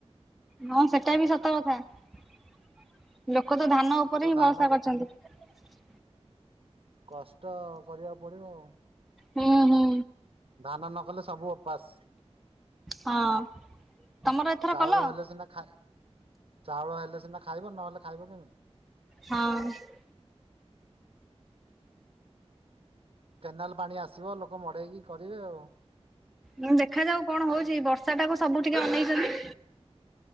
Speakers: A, in the centre; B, on the right.
A: ହଁ ସେଟା ବି ସତ କଥା ଲୋ ଲୋକ ତ ଧାନ ଉପରେ
B: ଲୋକ
A: ହିଁ
B: ଧାନ
A: ଭରସା କରିଛନ୍ତି।
B: କଷ୍ଟ କରିବାକୁ ପଡିବ ଆଉ।
A: ହୁଁ ହୁଁ।
B: ଧାନ ନ କଲେ ସବୁ ଓପାସ।
A: ହଁ ତମର ଏଥର
B: ଚାଉଳ
A: କଲ?
B: ହେଲେ ସିନା ଖାଇ ଚାଉଳ ହେଲେ ସିନା ଖାଇବ ନହେଲେ ଖାଇବ କେମିତି?
A: ହଁ।
B: କେନାଲ ପାଣି ଆସିବ ଲୋକ ମଡେଇକି କରିବେ ଆଉ।
A: ହଁ ଦେଖା ଯାଉ କଣ ହଉଛି ବର୍ଷା ଟାକୁ ସବୁ ଟିକେ ଅନେଇଛନ୍ତି।